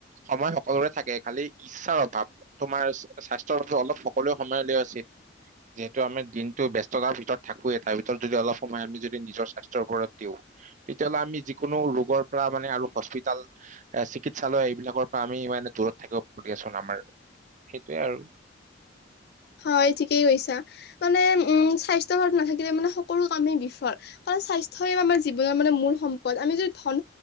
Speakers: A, on the right (about 40°); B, on the left (about 55°).
A: সময় সকলোৰে থাকে খালি ইচ্ছাৰ অভাৱ তোমাৰ স্বাস্থ্যৰ অ অলপ সকলোৱে সময় উলিয়া উচিত যিহেতু আমাৰ দিনতটো ব ব্যস্ততাৰ ভিতৰত। থাকোৱে তাৰ ভিতৰত যদি অলপ সময় আমি যদি নিজৰ স্বাস্থ্যৰ ওপৰত দিওঁ তেতিয়াহ'লে আমি যিকোনো ৰোগৰ পৰা মানে আৰু হস্পিতাল চিকিৎসালয় এইবিলাকৰ পৰা আমি ইমানে দূৰত থাকিব দিয়াচোন আমাৰ। সেইটোয়ে আৰু
B: হয় ঠিকেই কৈছা, মানে উম স্বাস্থ্য ভাল নাথাকিলে মানে সকলো কামেই বিফল কাৰণ স্বাস্থ্য আমাৰ জীৱনৰ মানে মূল সম্পদ আমি যদি ধন